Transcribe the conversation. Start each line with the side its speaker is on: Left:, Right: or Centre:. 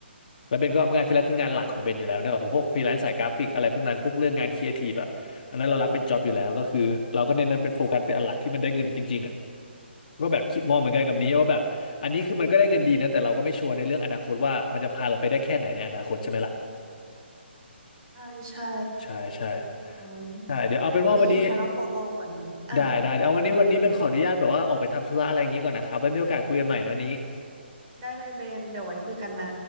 Left: แล้วเป็นก็งานฟรีแลนซ์คืองานหลักของเบนอยู่แล้วเนอะเพราะพวกฟรีแลนซ์สายกราฟิกอะไรพวกนั้นพวกเรื่องงานครีเอทีฟอ่ะอันนั้นเรารับเป็นจ็อบอยู่แล้วก็คือเราก็เน้นนั้นเป็นโฟกัสเป็นอันหลักที่มันได้เงินจริงๆอ่ะ
Right: อืม
Left: ก็แบบคิดมองเหมือนกันกับนี้ว่าแบบอันนี้คือมันก็ได้เงินดีนะแต่เราก็ไม่ชัวร์ในเรื่องอนาคตว่ามันจะพาเราไปได้แค่ไหนในอนาคตใช่ไหมล่ะ
Right: ใช่ใช่
Left: ใช่ใช่
Right: เออ
Left: ใช่เดี๋ยวเอาเป็นว่าวันนี้
Right: แล้วยิ่งถ้าเราโตโตกว่านี้อ่ะ
Left: ได้ได้เอาวันนี้วันนี้เป็นขออนุญาตแบบว่าออกไปทำธุระอะไรอย่างนี้ก่อนนะครับไว้มีโอกาสคุยกันใหม่นะนี้
Right: ได้เลยเบนเดี๋ยวไว้คุยกันนะ